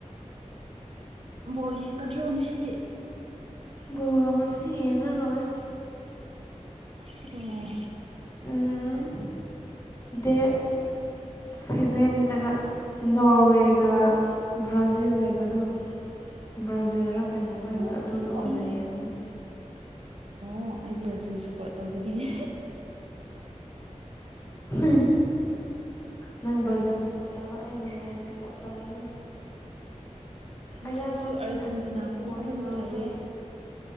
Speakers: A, on the right; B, on the left.
A: ꯕꯣꯜ ꯌꯦꯡꯒꯗ꯭ꯔꯣ ꯉꯁꯤ
B: ꯕꯣꯜꯒ ꯉꯁꯤ ꯌꯦꯡꯉꯔꯣꯏ
A: <unintelligible> ꯑꯣ
B: ꯎꯝ ꯗꯦꯠ ꯁꯦꯚꯦꯟꯗꯔ ꯅꯣꯔꯋꯦꯒ ꯕ꯭ꯔꯥꯖꯤꯜ ꯂꯩꯕꯗꯣ ꯕ꯭ꯔꯥꯖꯤꯜꯔ ꯀꯩꯅꯣꯝꯃ ꯂꯩꯕ
A: ꯑꯣ
B: ꯑꯗꯨꯗꯣ ꯑꯣꯏꯅ
A: ꯑꯩ
B: ꯌꯦꯡꯉꯅꯤ
A: ꯑꯣ ꯑꯩꯗꯤ ꯔꯖꯤꯜ ꯁꯞꯄꯣꯔꯠ ꯇꯧꯕꯅꯤ ꯍꯦ
B: <unintelligible> ꯅꯪ ꯕ꯭ꯔꯥꯖꯤꯜ ꯁꯞꯄꯣꯔꯠ ꯇꯧꯔꯣ ꯑꯩ ꯅꯣꯔꯋꯦ ꯁꯞꯄꯣꯔꯠ ꯇꯧꯔꯒꯦ
A: ꯉꯁꯤꯁꯨ
B: ꯑꯌꯥꯝꯕ ꯃꯤꯅ
A: ꯑꯥꯔꯖꯦꯟꯇꯤꯅꯥ
B: ꯎꯝ
A: ꯄꯨꯡ
B: ꯄꯣꯔꯇꯨꯒꯜꯗ
A: ꯑꯍꯨꯝꯗ ꯂꯩꯌꯦ